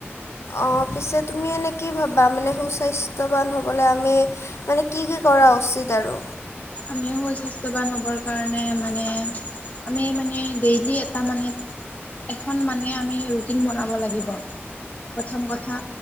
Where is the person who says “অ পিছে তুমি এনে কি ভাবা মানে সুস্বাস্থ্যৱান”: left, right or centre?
Left